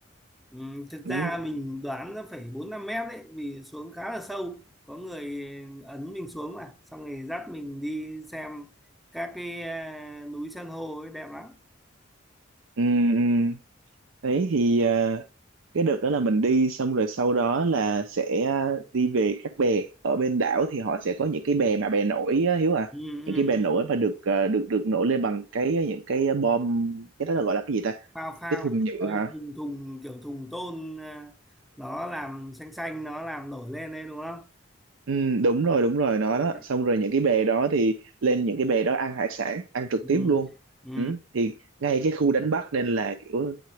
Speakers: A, in the centre; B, on the right.
A: Ừ, thực
B: ừ,
A: ra mình đoán nó phải 4 5 mét đấy vì xuống khá là sâu. Có người ấn mình xuống mà xong rồi dắt mình đi xem các cái à, núi san hô ấy đẹp lắm.
B: ừ, ừ. đấy thì ờ, cái đợt đó là mình đi xong rồi sau đó là sẽ à, đi về các bè ở bên đảo thì họ sẽ có những cái bè mà bè nổi á, Hiếu à
A: Ừ, ừ,
B: những cái bè
A: ừ.
B: nổi mà được à, được được nổi lên bằng cái à, những cái à, bom cái đó là gọi là cái gì ta
A: phao phao
B: cái thùng nhựa
A: Đây,
B: hả
A: thùng thùng kiểu thùng tôn à, nó làm xanh xanh nó làm nổi lên đấy đúng không?
B: ừ, đúng rồi đúng rồi nó
A: Ừ,
B: đó xong rồi những cái bè đó thì lên những cái bè đó ăn hải sản ăn trực
A: ừ,
B: tiếp luôn
A: ừ.
B: ừ, thì ngay cái khu đánh bắt nên là kiểu